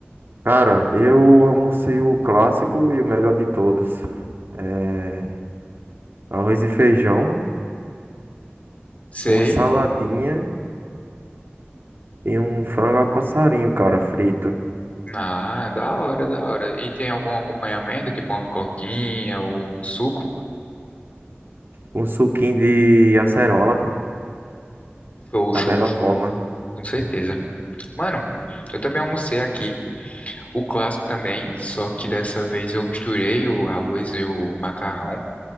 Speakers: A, on the right; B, on the left.
A: Cara, eu almocei o clássico e o melhor de todos. É, arroz e feijão,
B: Sei.
A: uma saladinha e um frango a passarinho, cara, frito.
B: Ah, da hora, da hora. E tem algum acompanhamento, tipo uma coquinha ou um suco?
A: Um suquinho de acerola,
B: Show,
A: da
B: show,
A: melhor
B: show.
A: forma,
B: Com certeza. Mano, eu também almocei aqui. O clássico também, só que dessa vez eu misturei o arroz e o macarrão.